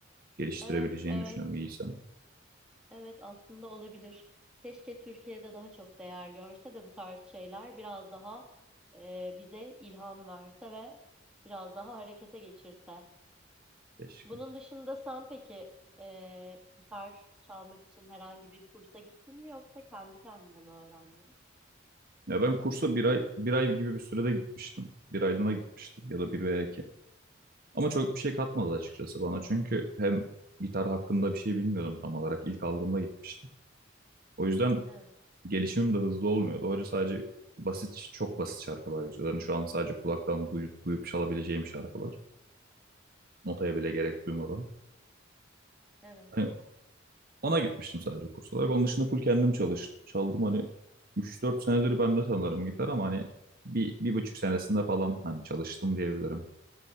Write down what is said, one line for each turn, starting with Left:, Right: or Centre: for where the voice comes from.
Right: geliştirebileceğini
Centre: Evet, evet.
Right: düşünüyorum iyiysen.
Centre: Evet aslında olabilir. Keşke Türkiye'de daha çok değer görse de bu tarz şeyler biraz daha e, bize ilham verse ve biraz daha harekete geçirse.
Right: Keşke.
Centre: Bunun dışında sen peki e, gitar çalmak için herhangi bir kursa gittin mi yoksa kendi kendine mi öğrendin?
Right: Ya ben kursa bir ay bir ay gibi bir sürede gitmiştim. Bir aylığına gitmiştim ya da bir veya iki. Ama çok bir şey katmadı açıkçası bana. Çünkü hem gitar hakkında bir şey bilmiyordum tam olarak. İlk aldığımda gitmiştim. O yüzden
Centre: Evet,
Right: gelişimim de hızlı olmuyordu. Hoca sadece basit, çok basit şarkılar yazıyor. Yani şu an sadece kulaktan duyup, duyup çalabileceğim şarkılar. Notaya bile gerek duymadan.
Centre: evet
Right: Hani ona gitmiştim sadece kurs olarak. Onun dışında full kendim çalıştım. Çaldım hani üç dört senedir bende sanırım gitar ama hani bir, bir buçuk senesinde falan hani çalıştım diyebilirim.